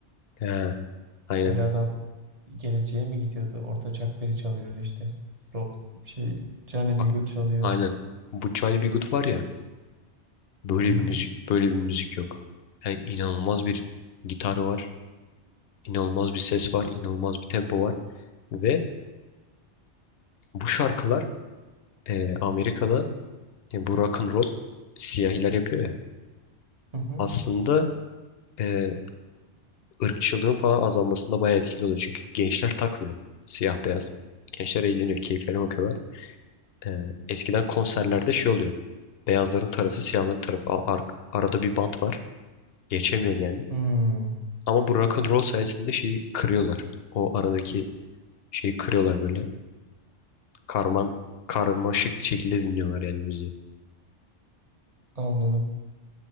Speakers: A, on the left; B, on the right.
A: He, aynen.
B: Böyle adam geleceğe mi gidiyordu? Orada Chuck Berry çalıyordu işte. Ro şey Johnny
A: Bak
B: B. Good çalıyor.
A: aynen. Bu Johnny B. Good var ya. Böyle
B: Hı hı.
A: bir müzik, böyle bir müzik yok. Yani inanılmaz bir gitarı var, inanılmaz bir ses var, inanılmaz bir tempo var ve bu şarkılar e, Amerika'da e, bu rock and roll siyahiler yapıyor ya.
B: Hı hı.
A: Aslında e, ırkçılığın falan azalmasında bayağı etkili oluyor. Çünkü gençler takmıyor siyah beyaz. Gençler eğleniyor, keyiflerine bakıyorlar. E, eskiden konserlerde şey oluyor. Beyazların tarafı, siyahların tarafı. A- ar- arada bir bant var. Geçemiyorsun yani.
B: Hmm,
A: Ama bu rock and roll sayesinde şeyi kırıyorlar o aradaki Şeyi kırıyorlar böyle. Karman karmaşık şekilde dinliyorlar yani müziği.
B: anladım.